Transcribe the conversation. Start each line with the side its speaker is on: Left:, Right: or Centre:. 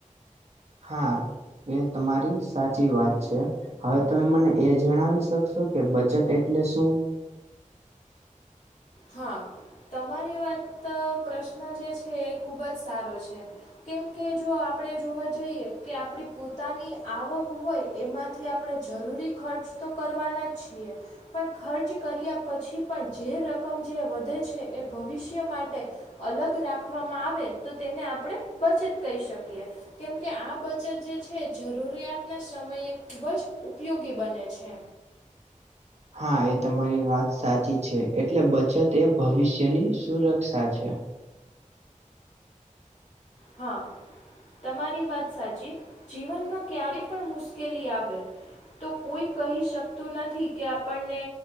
Right: હા, એ તમારી સાચી વાત છે. હવે તમે મને એ જણાવી શકશો કે બચત એટલે શું?
Left: હા, તમારી વાત પ્રશ્ન જે છે એ ખૂબ જ સારો છે. કેમકે જો આપણે જોવા જઈએ કે આપણી પોતાની આવક હોય, એમાં થી આપણે જરૂરી ખર્ચ તો કરવાના જ છીએ. પણ ખર્ચ કર્યા પછી પણ જે રકમ જે વધે છે, એ ભવિષ્ય માટે અલગ રાખવામાં આવે તો તેને આપણે બચત કહી શકીએ. કેમકે આ બચત જે છે જરૂરિયાતના સમયે ખૂબ જ ઉપયોગી બને છે.
Right: હા, એ તમારી વાત સાચી છે એટલે બચત એ ભવિષ્યની સુરક્ષા છે.
Left: હા, તમારી વાત સાચી, જીવનમાં ક્યારે પણ મુશ્કેલી આવે તો કોઈ કહી શકતું નથી, કે આપણને